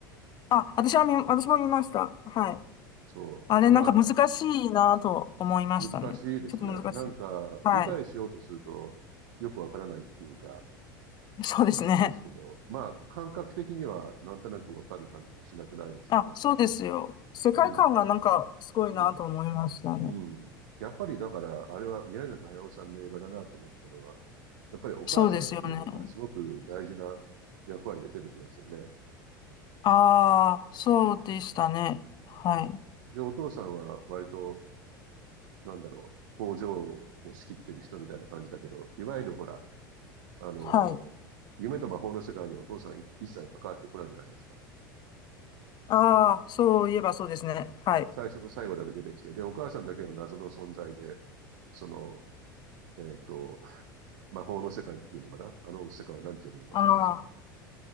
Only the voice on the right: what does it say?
そう。
まあ、難しいですね。
なんか、
理解しようとすると、よくわからないっていうか、
感じですけど、まあ、感覚的にはなんとなくわかる感じもしなくないですよね。
うん。うん。うん。やっぱりだから、あれは宮崎駿さんの映画だなと思ったのは、やっぱりお母さんっていうのがすごく大事な役割で出てきますよね。
で、お父さんは割と、なんだろう、工場を仕切ってる人みたいな感じだけど、いわゆるほら、あの、
夢と魔法の世界にお父さんい一切関わってこないじゃないですか。
最初と最後だけ出てきて、で、お母さんだけが謎の存在で、その、えっと、魔法の世界っていうのかなあの世界は何て読むのかわかんないけど